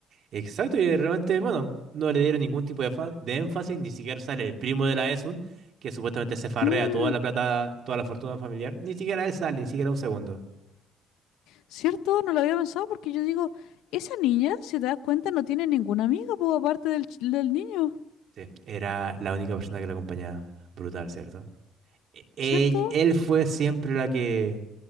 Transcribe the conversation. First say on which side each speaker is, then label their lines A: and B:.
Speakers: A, on the right; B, on the left.
A: Exacto, y realmente, bueno, no le dieron ningún tipo de, fa- de énfasis, ni siquiera sale el primo de la Esun, que supuestamente se farrea
B: Mm.
A: toda la plata, toda la fortuna familiar, ni siquiera él sale, ni siquiera un segundo.
B: ¿Cierto? No lo había pensado porque yo digo, esa niña, si te das cuenta, no tiene ninguna amiga, pues, aparte del, ch- del niño,
A: Sí, era la única persona que la acompañaba. Brutal, ¿cierto? E- ell-
B: ¿cierto?
A: él fue siempre la que